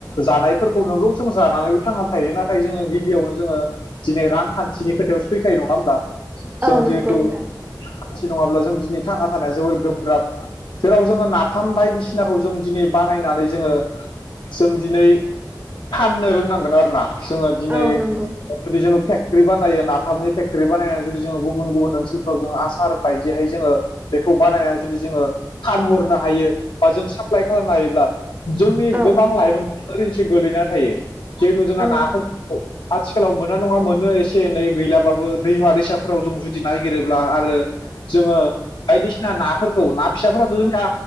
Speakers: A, on the left (about 70°); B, on the right (about 20°).
A: जानायफोरखौ नंगौ जों जानानैबो थांनानै थायो नाथाय नाथाय जोङो गिबियावनो जोङो दिनै रांखान्थिनि खोथायाव स फैखायो नङा जों
B: औ नंगौ
A: जिहेथु
B: नोंथां
A: मानसि नङाब्ला जों दिनै थांना थानाया जोबोर गोब्राब जेराव जोङो नाफाम बायदिसिनाखौ जों दिनै बानायनानै जोङो जों दिनै फाननो रोंनांगोन आरो ना जोङो दिनै
B: औ नंगौ
A: जुदि जोङो फेकत्रि बानायो नाफामनि फेक्ट्रि बानायनानै जुदि जोङो गुबुन गुबुन ओनसोलफ्राव जोंङो आसार बायदिहाय जोङो बेखौ बानायनानै जुदि जोङो फानहरनो हायो बा जों साप्लाइ खालामनो हायोब्ला जोंनि
B: औ
A: गोबां लाइमोनफ्रा ओरै एसे गोलैना थायो जिहेथु जोंहा
B: औ
A: ना आथिखालाव मोना नङा मोनो एसे एनै गैलाबाबो दैमा दैसाफोराव जों जुदि नागिरोब्ला आरो जोङो बायदिसिना नाफोरखौ ना फिसाफोराथ' जोंनिया